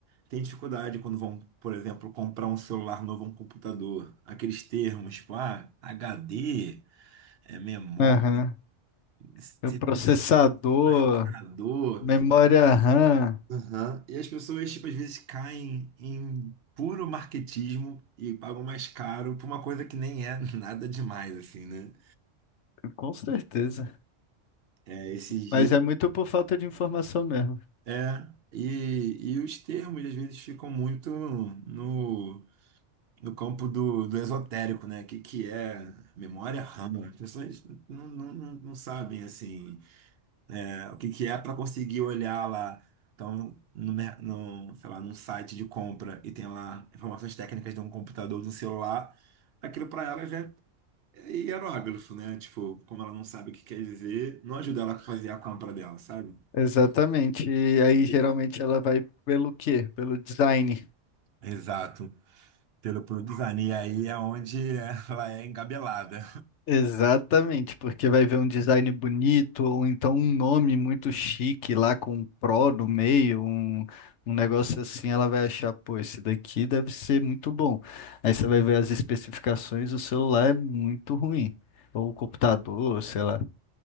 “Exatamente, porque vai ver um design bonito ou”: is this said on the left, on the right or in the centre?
Left